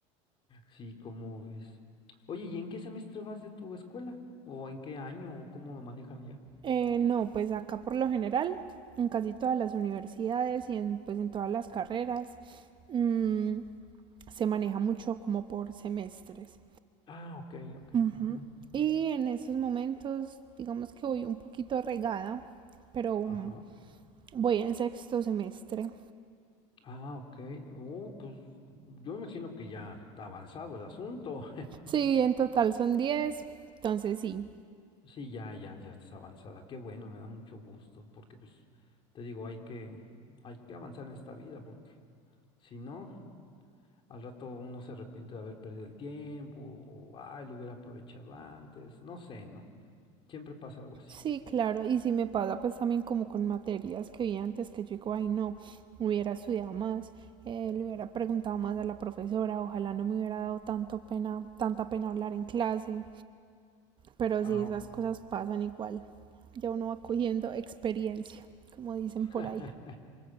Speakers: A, on the left; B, on the right.
A: Sí, ¿cómo ves? Oye, ¿y en qué semestre vas de tu escuela? ¿O en qué año? ¿O cómo lo manejan allá?
B: Eh, no, pues acá por lo general, en casi todas las universidades y en, pues en todas las carreras, mm, se maneja mucho como por semestres.
A: Ah, ok, ok,
B: Ujú.
A: ajá,
B: Y en esos momentos, digamos que voy un poquito regada, pero
A: ajá.
B: mm, voy en sexto semestre.
A: Ah, ok. Oh, pues yo imagino que ya está avanzado el asunto. <laughs>
B: Sí, en total son diez entonces sí,
A: Sí, ya, ya, ya estás avanzada. Qué bueno, me da mucho gusto, porque pues te digo, hay que, hay que avanzar en esta vida, porque si no, al rato uno se arrepiente de haber perdido el tiempo, o ay, lo hubiera aprovechado antes, no sé, ¿no? Siempre pasa algo así.
B: Sí, claro, y si me pasa pues también como con materias que vi antes que yo digo, ay no, hubiera estudiado más, eh, le hubiera preguntado más a la profesora, ojalá no me hubiera dado tanto pena, tanta pena hablar en clase, pero
A: Ah,
B: sí, esas
A: ok.
B: cosas pasan igual, ya uno va cogiendo experiencia, como dicen
A: <laughs>
B: por ahí.